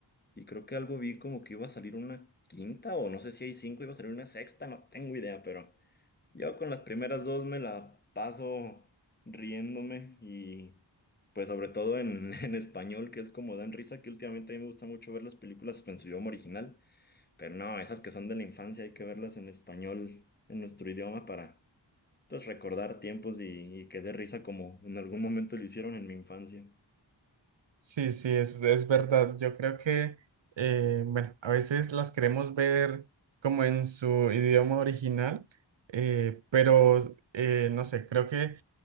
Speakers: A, on the left; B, on the right.
A: Y creo que algo vi como que iba a salir una quinta o no sé si hay cinco, iba a salir una sexta, no tengo idea, pero yo con las primeras dos me la paso riéndome y pues sobre todo en, <laughs> en español, que es como dan risa, que últimamente a mí me gusta mucho ver las películas en su idioma original, pero no, esas que son de la infancia hay que verlas en español, en nuestro idioma para pues recordar tiempos y, y que dé risa como en algún momento lo hicieron en mi infancia.
B: Sí, sí, es, es verdad. Yo creo que, eh, bueno, a veces las queremos ver como en su idioma original, eh, pero eh, no sé, creo que